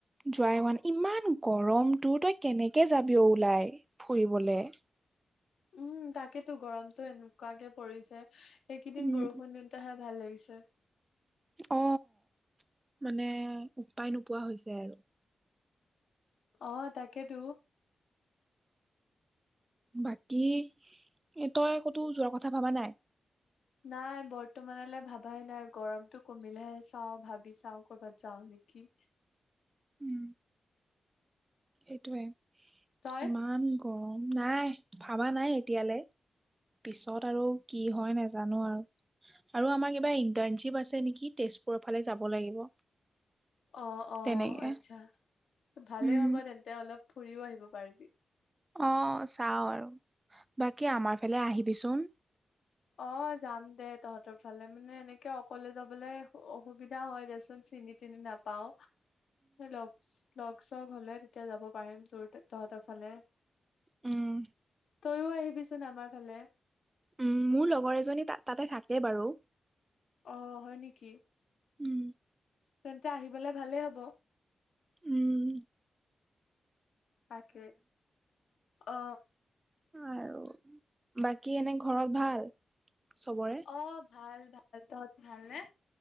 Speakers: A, on the right; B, on the left.
A: যোৱাই হোৱা নাই। ইমান গৰমতো তই কেনেকে যাবি অ ওলাই' ফুৰিবলে।
B: উম তাকেতো, গৰমতটো এনেকুৱাকে পৰিছে, সেইকেইদিন
A: উম।
B: বৰষুণ দিওঁতে হে ভাল লাগিছে।
A: অ, মানে উপায় নোপোৱা হৈছে আৰু।
B: অ তাকেতো।
A: বাকী' তই কতো যোৱাৰ কথা ভাবা নাই?
B: নাই বৰ্তমানলৈ ভাবাই নাই, গৰমতো কমিলেহে চাও, ভাবি চাও, কৰবাত যাও নে কি?
A: উম। সেইটোৱে।
B: তই
A: ইমান গৰম, নাই ভাবা নাই এতিয়ালে। পিছত আৰু কি হয় নাজানো আৰু। আৰু আমাৰ কিবা ইন্টাৰশ্বিপ আছে নেকি? তেজপুৰ ফালে যাব লাগিব।
B: অ অ
A: তেনেকে।
B: আচ্ছা, ভালেই
A: উম,
B: হ'ব তেন্তে অলপ ফুৰিও আহিব পাৰিবি।
A: অ চাও আৰু। বাকী আমাৰ ফালে আহিবিচোন?
B: অ যাম দে তহঁতৰ ফালে। মানে এনেকে অকলে যাবলে অসুবিধা হয় দে চিনি-তিনি নাপাওঁ। লগ লগ-চগ হলে তেতিয়া যাব পাৰিম, তোৰ তহঁতৰ ফালে।
A: উম,
B: তইও আহিবিচোন আমাৰ ফালে।
A: উম মোৰ লগৰ এজনী তাত তাতে থাকে বাৰু।
B: অ হয় নেকি?
A: উম।
B: তেন্তে আহিবলে ভালেই হ'ব।
A: ওম
B: তাকে, অঁ।
A: আৰু বাকী এনে ঘৰত ভাল? চবৰে?
B: অ ভাল ভাল, তহঁত ভাল নে?